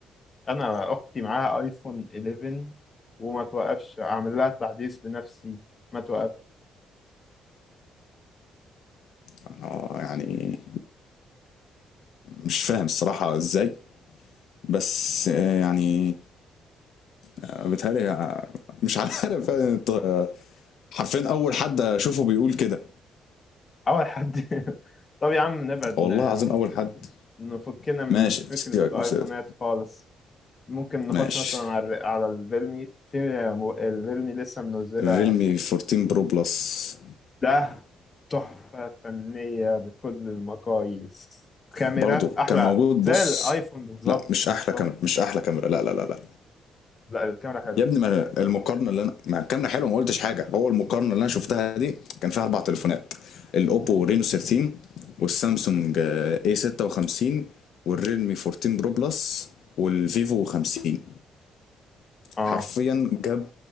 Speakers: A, on the left (about 35°); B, on the left (about 75°).
A: انا اختي معاها ايفون 11 وما توقفش اعمل لها تحديث بنفسي ما توقف
B: أنا يعني مش فاهم الصراحة إزاي بس آه، يعني آه، بيتهيألي آه، مش عارف يعني أنت- آه، حرفيا أول حد أشوفه بيقول كده
A: اول حد <laughs> طب يا عم نبعد
B: والله
A: ن-
B: العظيم
A: نفك
B: أول حد
A: نفكنا من
B: ماشي
A: فكرة
B: سيبك
A: الايفونات
B: من السيرة دي.
A: خالص ممكن نخش
B: ماشي
A: مثلا على الر- على الريلمي في مو- الريلمي لسه منزلة
B: الريلمي 14 برو بلس
A: ده تحفة فنية بكل المقاييس كاميرا
B: برضه
A: احلى
B: كان موجود
A: زي
B: بص
A: الايفون بالظبط
B: لا مش
A: بالظبط
B: احلى كاميرا مش احلى كاميرا لا لا لا لا
A: لا الكاميرا حلوة
B: يا ابني ما أنا المقارنه اللي انا مع الكاميرا حلوه ما قلتش حاجه هو المقارنه اللي انا شفتها دي كان فيها اربع تليفونات الاوبو رينو 13 والسامسونج اي 56 والريلمي 14 برو بلس والفيفو 50
A: اه
B: حرفيا جاب